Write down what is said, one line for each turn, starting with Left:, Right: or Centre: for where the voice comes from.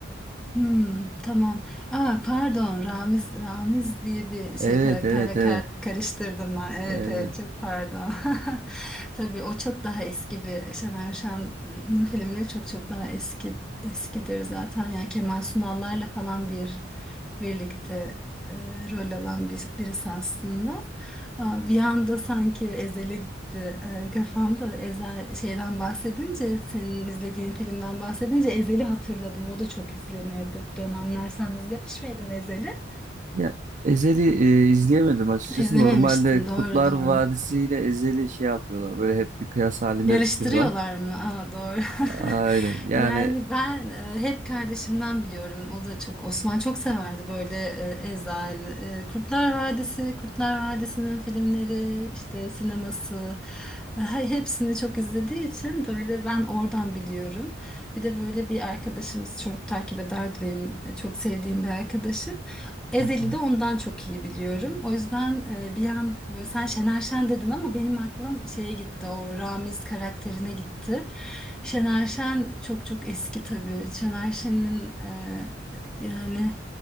Centre: Hmm, tamam. Aa, pardon Ramiz Ramiz diye bir şey
Right: Evet
Centre: karakterle
Right: evet evet.
Centre: kar- karıştırdım ben. Evet
Right: evet.
Centre: evet çok pardon. <laughs> Tabii o çok daha eski bir Şener Şen'in filmleri çok çok daha eski eskidir zaten. Yani Kemal Sunal'larla falan bir birlikte e, rol alan bir, birisi aslında. Ha, Bir anda sanki Ezel'e gitti Ee, kafamda Ezel şeyden bahsedince senin izlediğin filmden bahsedince Ezel'i hatırladım o da çok izlenirdi bir dönemler sen izlemiş miydin Ezel'i?
Right: Ya Ezel'i e, izleyemedim açıkçası.
Centre: İzlememiştin
Right: Normalde
Centre: doğru
Right: Kurtlar
Centre: doğru
Right: Vadisi ile Ezel'i şey yapıyorlar. Böyle hep bir kıyas halinde
Centre: Yarıştırıyorlar
Right: tutuyorlar.
Centre: mı? Aa, doğru.
Right: Aynen.
Centre: <laughs>
Right: Yani
Centre: Yani ben e, hep kardeşimden biliyorum. O da çok Osman çok severdi böyle e, Ezel, e, Kurtlar Vadisi, Kurtlar Vadisi'nin filmleri, işte sineması. e, he- Hepsini çok izlediği için böyle ben oradan biliyorum. Bir de böyle bir arkadaşımız çok takip ederdi benim e, çok sevdiğim bir arkadaşım. Ezeli
Right: Hı hı.
Centre: de ondan çok iyi biliyorum. O yüzden e, bir an böyle sen Şener Şen dedin ama benim aklım şeye gitti. O Ramiz karakterine gitti. Şener Şen çok çok eski tabii. Şener Şen'in e, yani